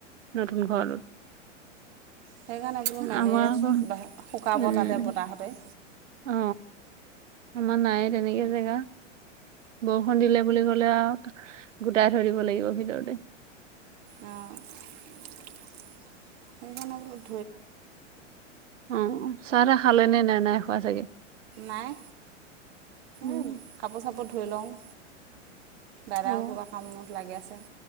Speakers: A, on the right (about 75°); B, on the right (about 55°).
A: নতুন ঘৰটোত।
B: সেই কাৰণে বোলো মেলিয়াই
A: আমাৰ আকৌ
B: শুকাব
A: উম
B: তাতে বতাহতে
A: অ আমাৰ নাইয়ে তেনেকে জেগা বহ বৰষুণ দিলে বুলি ক'লে আৰু গোটাই থৈ দিব লাগিব ভিতৰতে।
B: অঁ সেইকাৰণে বুলো,
A: অ চাহ তাহ খালে নে নাই নাই খোৱা চাগে?
B: নাই
A: উম
B: এই কাপোৰ চাপোৰ ধুই লওঁ দাদাও
A: অ
B: কিবা কামত লাগি আছে